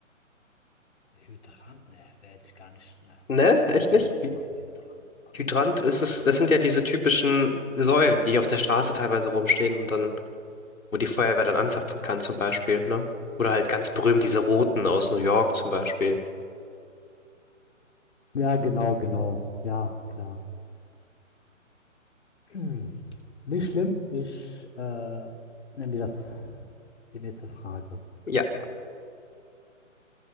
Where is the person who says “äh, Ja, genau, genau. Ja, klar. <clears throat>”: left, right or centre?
Left